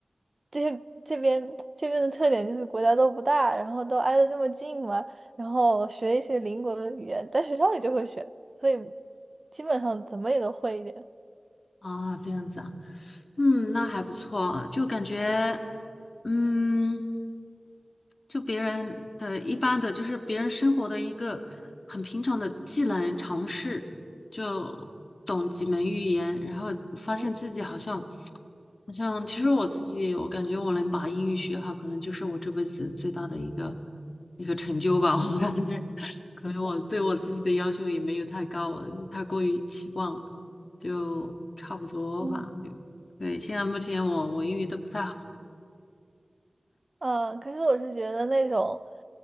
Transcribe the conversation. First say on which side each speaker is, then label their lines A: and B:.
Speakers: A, on the right (about 45°); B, on the left (about 65°).
A: 这些这边这边的特点就是国家都不大，然后都挨得这么近嘛，然后学一学邻国的语言，在学校里就会学，所以基本上怎么也都会一点。
B: 啊，这样子啊，嗯，那还不错，就感觉嗯。就别人的一般的，就是别人生活的一个很平常的技能尝试，就懂几门语言，然后发现自己好像，
A: 嗯
B: 好像其实我自己，我感觉我能把英语学好，可能就是我这辈子最大的一个一个成就吧。<laughs> 我感觉，可能我对我自己的要求也没有太高，我太过于期望，就差不多吧。
A: 嗯
B: 就对，现在目前我我英语都不太好
A: 嗯，可是我是觉得那种